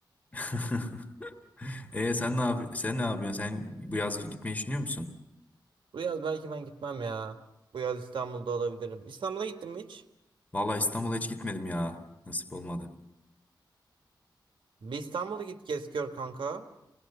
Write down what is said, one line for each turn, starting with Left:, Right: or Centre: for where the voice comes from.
Left: <laughs> E sen ne yap sen ne yapıyorsun? Sen bu yaz gitmeyi düşünüyor musun?
Right: Bu yaz belki ben gitmem ya. Bu yaz İstanbul'da olabilirim. İstanbul'a gittin mi hiç?
Left: Vallahi İstanbul'a hiç gitmedim ya. Nasip olmadı.
Right: Bir İstanbul'a git gez gör kanka.